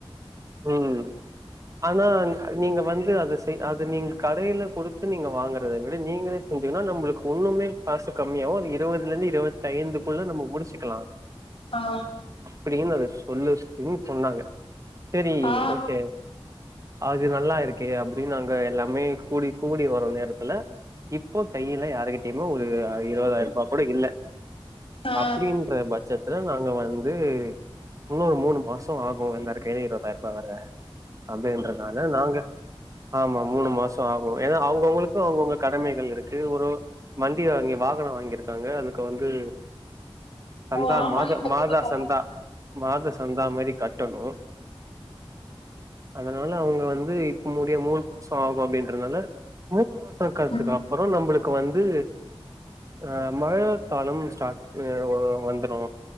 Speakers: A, on the right (about 35°); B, on the left (about 65°).
A: ம் ஆனா நீங்க வந்து அத செய் அது நீங்க கடயில குடுத்து நீங்க வாங்கறத விட நீங்களே சங்கன்னா நம்மளுக்கு இண்ணுமே காசு கம்மியாகு அது இருவதுல இருந்து இருவத் ஐந்துதுக்குள்ள நம்ம முடிச்சுக்கலா
B: ஆ
A: அப்டின்னு அத சொல்லுன்னு சொன்னாங்க சரி
B: ஆ
A: ஓகே அது நல்லா இருக்கே அப்டின்னு நாங்க எல்லாமே கூடி கூடி வர நேரத்துல இப்போ கைல யாருக்கிட்டயுமே ஒரு இருவதாயிரூபா கூட இல்ல
B: ஆ
A: அப்டின்ற பட்சத்துல நாங்க வந்து இன்னு ஒரு மூணு மாசோ ஆகு எல்லாரு கையிலும் இருவதாயிரூபா வர அப்டின்றதுனால நாங்க ஆமா மூணு மாசோ ஆகு ஏன்னா அவங்கவுங்களுக்கு அவங்கவுங்க கடமைகள் இருக்கு ஒரு வண்டி வாங்கி வாகனோ வாங்கியிருக்காங்க அதுக்கு வந்து சந்தா
B: ஓ ஆமா
A: மாத
B: இப்பதைக்கு
A: மாதா
B: உடனே
A: சந்தா மாத சந்தா மாரி கட்டணு அதனால அவங்க வந்து இப்பமுடிய மூணு மாசோ ஆகு அப்டின்றதுனால மூணு மாச காலத்துக்கு
B: ம்
A: அப்றம் நம்மளுக்கு வந்து அ மழ காலம் ஸ்டாட் வந்துரு